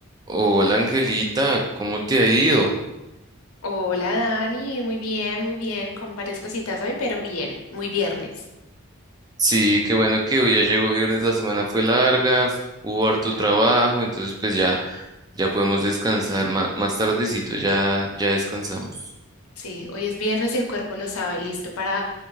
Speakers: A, on the right (about 20°); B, on the left (about 85°).
A: Hola Angelita, ¿cómo te ha ido?
B: Hola Dani, muy bien, muy bien, con varias cositas hoy, pero bien, muy viernes.
A: Sí, qué bueno que hoy ya llegó viernes, la semana fue larga, hubo harto trabajo, entonces pues ya, ya podemos descansar ma- más, tardecito, ya, ya descansamos.
B: Sí, hoy es viernes y el cuerpo lo sabe, listo para